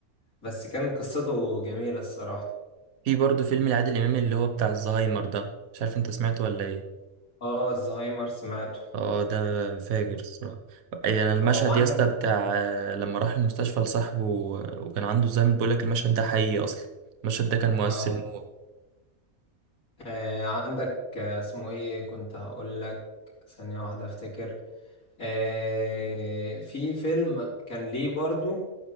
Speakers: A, on the left; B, on the right.
A: بس كان قصته جميلة الصراحة
B: في برضه فيلم لعادل إمام اللي هو بتاع الزهايمر ده مش عارف انت سمعته ولا ايه
A: اه الزهايمر سمعته
B: اه ده فاجر الصراحة اي انا المشهد
A: اه وعندك
B: يا اسطى بتاع آه، لما راح المستشفى لصاحبه و- وكان عنده زهايمر بيقول لك المشهد ده حقيقي اصلا المشهد ده كان مؤثر
A: اه
B: موت
A: آه، عندك آه، اسمه ايه كنت هقول لك ثانية واحدة افتكر آه، في فيلم كان ليه برضو